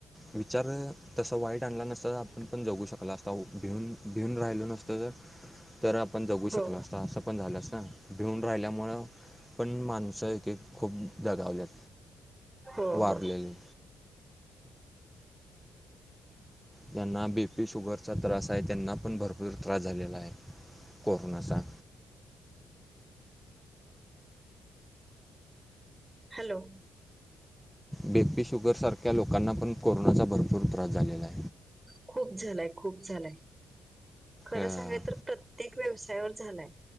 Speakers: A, in the centre; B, on the right (about 15°).
A: विचार तसा वाईट आणला नसता तर आपण पण जगू शकतो. <unintelligible> असता भिऊन भिऊन राहिलो नसतो तर- तर आपण जगू
B: हो
A: शकलो असतो. असं पण झालं ना? भिऊन राहिल्यामुळं- पण माणसं एक एक खूप दगावल्यात.
B: हो
A: वारलेले.
B: हो
A: ज्यांना बी पी, शुगरचा त्रास आहे. त्यांना पण भरपूर त्रास झालेला आहे कोरोनाचा.
B: हॅलो.
A: बी पी, शुगरसारख्या लोकांना पण कोरोनाचा भरपूर त्रास झालेला आहे.
B: खूप झालाय. खूप झालाय. खरं
A: अ,
B: सांगाय तर प्रत्येक व्यवसायावर झालाय.